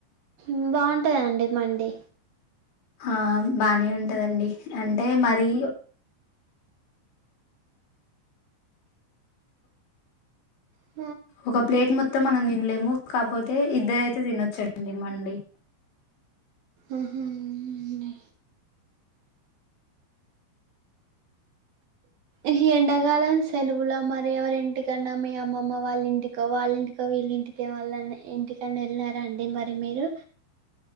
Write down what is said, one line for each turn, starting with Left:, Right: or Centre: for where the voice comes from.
Right: మ్ బాగుంటదండి మండి
Left: హా బానే ఉంటదండి అంటే మరీ
Right: హ్మ్మ్
Left: ఒక ప్లేట్ మొత్తం మనం తిన్లెము కాపోతే ఇద్దరైతే తినొచ్చండి మండి
Right: అహ అవునండి ఈ ఎండకాలం సెలవులో మరి ఎవరింటిక్ కన్నా మీ అమ్మమ్మ వాళ్ళ ఇంటికో వాళ్ళింటికో వీళ్ళింటికో ఎవళ్ళ ఇంటికన్నా వెళ్ళారండి మరి మీరు